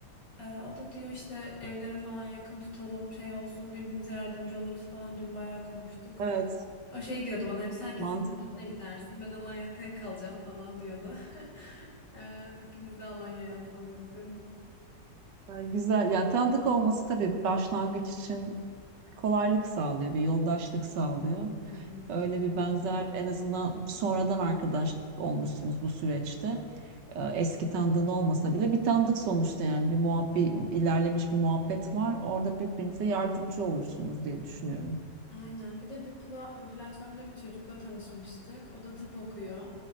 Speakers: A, on the left; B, on the right.
A: Ee, O da diyor işte evleri falan yakın tutalım şey olsun birbirimize yardımcı oluruz falan. Dün bayağı konuştuk.
B: Evet.
A: O şey diyordu bana hep sen kesin
B: Mantıklı.
A: Mersin'e gidersin ben Alanya'da tek kalacağım falan diyordu. <laughs> Ee, ikimiz de Alanya'ya atandık dün.
B: Yani güzel. Yani tanıdık olması tabii başlangıç için bir kolaylık sağlıyor, bir yoldaşlık sağlıyor.
A: Hı hı.
B: Öyle bir benzer en azından sonradan arkadaş olmuşsunuz bu süreçte. Ee, Eski tanıdığın olmasa bile bir tanıdık sonuçta yani bir muhabbet ilerlemiş bir muhabbet var. Orada birbirinize yardımcı olursunuz diye düşünüyorum.
A: Aynen bir de bir pla- platformda bir çocukla tanışmıştık. O da tıp okuyor